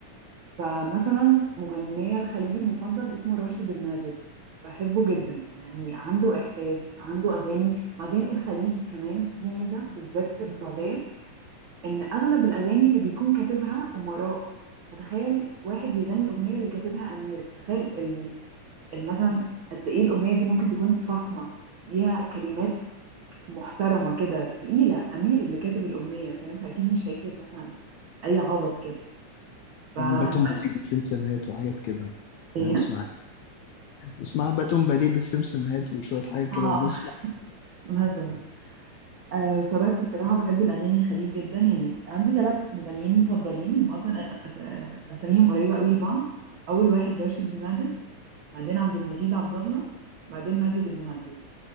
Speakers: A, on the right; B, on the left.
A: فمثلا مغنية الخليجي المفضل اسمه راشد الماجد بحبه جدا يعني عنده إحساس عنده أغاني وبعدين الخليج كمان في ميزة بالذات في السعودية إن أغلب الأغاني اللي بيكون كاتبها أمراء فتخيل واحد بيغني أغنية اللي كاتبها أمير تخيل ال- ال- مثلا قد إيه الأغنية دي ممكن تكون فخمة ليها كلمات محترمة كده تقيلة أمير اللي كاتب الأغنية فاهم فأكيد مش هيكتب مثلا أي عبط كده ف
B: باتون
A: الله
B: بيبي سمسمهات وحاجات كده
A: إيه؟
B: يعني أنا بسمع اسمها باتون باليه بالسمسمهات وشوية حاجات كده
A: اه
B: بنسمع
A: <laughs> مثلا آه فبس الصراحة بحب الأغاني الخليجي جدا يعني عندي ثلاث مغنيين مفضلين هم أصلا أس... أساميهم قريبة قوي لبعض أول واحد راشد الماجد بعدين عبد المجيد عبد الله بعدين ماجد المهندس